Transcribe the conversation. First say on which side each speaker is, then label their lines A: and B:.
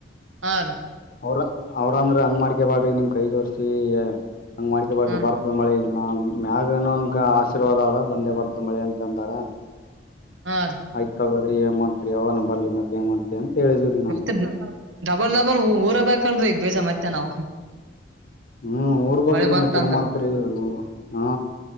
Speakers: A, on the right; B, on the left.
A: ಹಾ ರೀ
B: ಅವ್ರ ಅವ್ರ ಅಂದ್ರ ಹಂಗ್ ಮಾಡ್ಕ ಬಾಡ್ರಿ ನಿಮ್ ಕೈ ಜೋಡ್ಸಿ ಹಂಗ ಮಾಡ್ಕ ಬಾಡ್ರಿ
A: ಹ್ಮ್
B: ಬರ್ದ ಮಳೆ ನಾ ಮ್ಯಾಗನೋನಗ ಆಶೀರ್ವಾದ ಅದ ಬಂದೇ ಬರ್ತ ಮಳೆ ಅಂತಂದಾರ
A: ಹಾ ರೀ
B: ಆಯ್ತ್ ತಗೋರಿ ಏನ್ ಮಾಡ್ತರಿ ಯವಾಗನು ಬರ್ಲಿ ಮತ್ತೆ ಏನ್ ಮಾಡ್ತರಿ ಅಂತ ಹೇಳಿದೀವ್ರಿ ನಾವು.
A: ಮತ್ತ ಡಬಲ್ ಡಬಲ್ ಊರಬೇಕಲ್ರೀ ಈಗ ಬೀಜ ಮತ್ತೆ ನಾವು
B: ಹ್ಮ್ ಊರ್ ಗೊಗ್ರಿ
A: ಮಳೆ ಬಂತ
B: ಮತ್ತ ಏನ್
A: ಅಂದ್ರ
B: ಮಾಡ್ತರಿ ಹ್ಮ